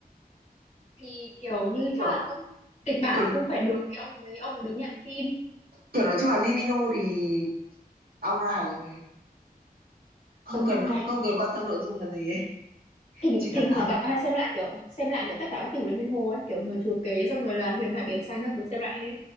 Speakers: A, on the left; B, on the right.
A: thì kiểu như
B: kiểu
A: chắc là cũng kịch bản
B: kiểu,
A: cũng phải được thì ông mới ông mới nhận phim
B: kiểu nói chung là Lee Min Ho thì alright không
A: đúng
B: cần
A: rồi
B: không không cần quan tâm nội dung là gì ấy. <laughs>
A: thỉnh
B: chỉ cần
A: thỉnh
B: à,
A: thoảng tao hay xem lại kiểu xem lại kiểu tất cả các phim của Lê Minh Hồ ấy kiểu người thừa kế xong rồi là huyền thoại biển xanh các thứ xem lại hết